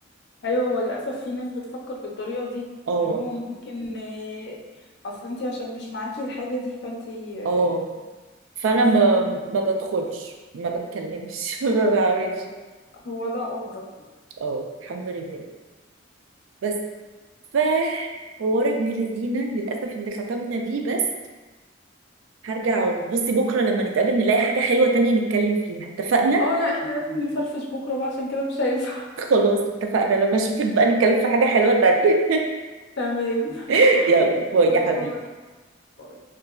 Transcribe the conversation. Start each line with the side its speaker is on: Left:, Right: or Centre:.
Left: ايوه هو للاسف في ناس بتفكر بالطريقة دي
Right: اه
Left: ان هو ممكن آه، اصل انت عشان مش معاكي الحاجة دي فانت آه،
Right: اه فانا
Left: تحسدينها
Right: ما ما بدخلش ما بتكلمش <laughs> ما بعملش
Left: آه، هو ده افضل
Right: اه الحمد لله بس ف حوار ابن لذينه للاسف اللي ختمنا بيه بس هرجع وبصي بكرة لما نتقابل نلاقي حاجة حلوة تانية نتكلم فيها اتفقنا
Left: اه لا احنا لازم نفرفش بكرة بقى عشان كده مش هينفع
Right: <laughs> خلاص اتفقنا لما اشوفك بقى نتكلم في حاجة حلوة تانية
Left: <laughs> تمام
Right: <laughs> يلا باي
Left: باي
Right: يا حبيبي
Left: باي باي